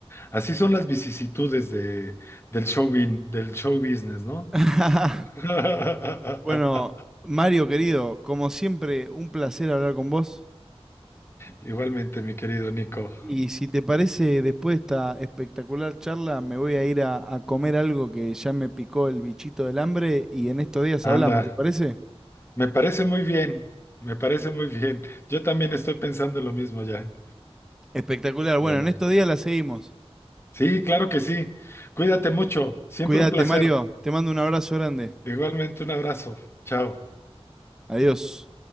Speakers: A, on the left (about 25°); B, in the centre.
A: Así son las vicisitudes de, del show, bin- del show business, ¿no?
B: <laughs>
A: <laughs>
B: Bueno, Mario querido, como siempre, un placer hablar con vos.
A: Igualmente, mi querido Nico.
B: Y si te parece, después de esta espectacular charla, me voy a ir a, a comer algo que ya me picó el bichito del hambre y en estos días
A: Anda,
B: hablamos, ¿te parece?
A: me parece muy bien, me parece muy bien. Yo también estoy pensando en lo mismo ya.
B: Espectacular.
A: Bueno,
B: Bueno, en estos días la seguimos.
A: sí, claro que sí. Cuídate mucho, siempre
B: Cuídate,
A: un placer.
B: Mario. Te mando un abrazo grande.
A: Igualmente, un abrazo. Chao.
B: Adiós.